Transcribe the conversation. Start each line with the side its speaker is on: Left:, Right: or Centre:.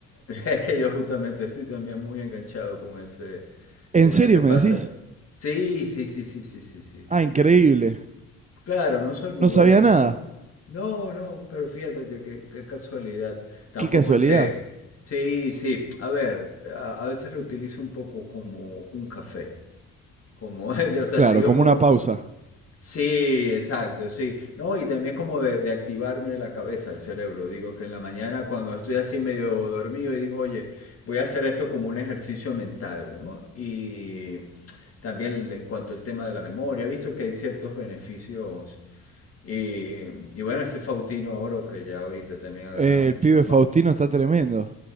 Left: Es que yo justamente estoy también muy enganchado con ese,
Right: ¿En
Left: con
Right: serio
Left: ese pase.
Right: me decís?
Left: Sí, sí, sí, sí, sí, sí, sí.
Right: Ah, increíble.
Left: Claro, no soy muy
Right: No
Left: bueno,
Right: sabía
Left: no.
Right: nada.
Left: No, no, pero fíjate que, que- qué casualidad. Tampoco
Right: Qué casualidad.
Left: es que... Sí, sí. A ver, a, a veces lo utilizo un poco como un café. Como, <laughs> o sea,
Right: Claro,
Left: te digo
Right: como
Left: como,
Right: una pausa.
Left: Sí, exacto, sí. No, y también como de, de activarme la cabeza, el cerebro. Digo que en la mañana cuando estoy así medio dormido y digo, oye, voy a hacer eso como un ejercicio mental, ¿no? Y también en cuanto al tema de la memoria, he visto que hay ciertos beneficios. Y, y bueno, ese Faustino Oro que ya ahorita también ha ganado
Right: Eh,
Left: mucha
Right: el pibe
Left: fama.
Right: Faustino está tremendo.